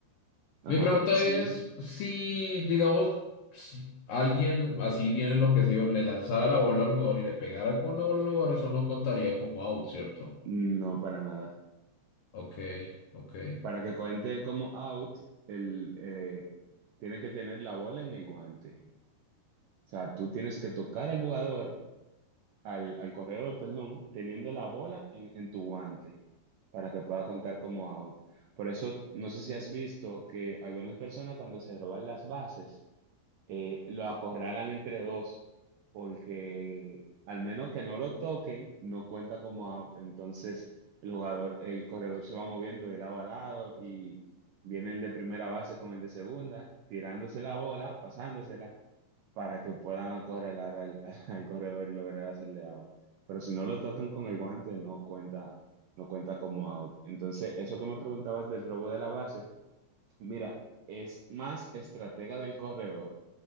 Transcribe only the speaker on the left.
Mi pregunta
es si, digamos, si alguien así bien enloquecido le lanzara la bola al jugador y le pegara con la bola al jugador, eso no contaría como out, ¿cierto?
Ok, ok,